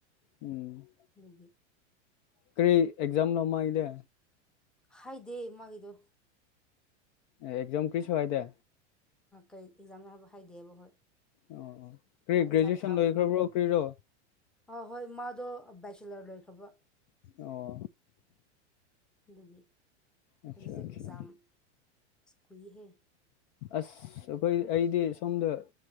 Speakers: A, on the left; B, in the centre.
A: ꯎꯝ
B: ꯑꯗꯨꯒꯤ
A: ꯀꯔꯤ ꯑꯦꯛꯖꯥꯝ ꯃꯥꯏꯗꯤ
B: ꯍꯥꯏꯗꯦ ꯃꯥꯒꯤꯗꯣ
A: ꯑꯦꯛꯖꯥꯝ ꯀꯔꯤꯁꯨ ꯍꯥꯏꯗꯦ
B: ꯀꯩ ꯑꯦꯛꯖꯥꯝꯅꯣ ꯍꯥꯏꯕ ꯍꯥꯏꯗꯦꯕ ꯍꯣꯏ
A: ꯑꯣ ꯑꯣ ꯀꯔꯤ
B: ꯃꯥ
A: ꯒ꯭ꯔꯦꯖꯨꯑꯦꯁꯟ
B: ꯑꯦꯛꯖꯥꯝ ꯊꯥꯕ꯭ꯔꯣ
A: ꯂꯣꯏꯈ꯭ꯔꯕ꯭ꯔꯣ ꯀꯔꯤꯔꯣ
B: ꯑ ꯍꯣꯏ ꯃꯥ ꯑꯗꯣ ꯕꯦꯆꯤꯂꯔ ꯂꯣꯏꯈ꯭ꯔꯕ
A: ꯑꯣ
B: ꯑꯗꯨꯒꯤ
A: ꯑꯠꯆꯥ
B: ꯍꯧꯖꯤꯛꯁꯦ
A: ꯑꯠꯆꯥ
B: ꯑꯦꯛꯖꯥꯝ ꯑꯁ ꯀꯨꯏꯍꯦ
A: ꯑꯁ ꯑꯩꯈꯣꯏ ꯑꯩꯗꯤ ꯁꯣꯝꯗ